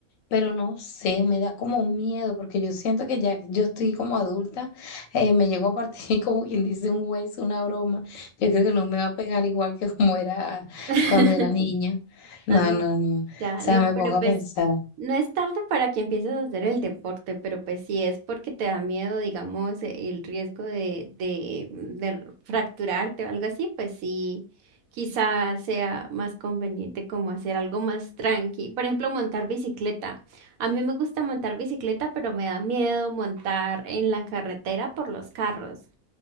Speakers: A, on the left (about 70°); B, on the right (about 70°).
A: Pero no sé, me da como miedo porque yo siento que ya yo estoy como adulta, eh, me llegó a partir <laughs> como quien dice un hueso, una broma. Yo creo que no me va a pegar igual que como era
B: <laughs>
A: cuando era niña. No,
B: Ah,
A: no, no. O
B: ya,
A: sea,
B: no,
A: me
B: pero
A: pongo a
B: pues
A: pensar,
B: no es tarde para que empieces a hacer el deporte, pero pues si es porque te da miedo, digamos, e- el riesgo de, de, mm, de fracturarte o algo así, pues sí, quizás sea más conveniente como hacer algo más tranqui. Por ejemplo, montar bicicleta. A mí me gusta montar bicicleta, pero me da miedo montar en la carretera por los carros.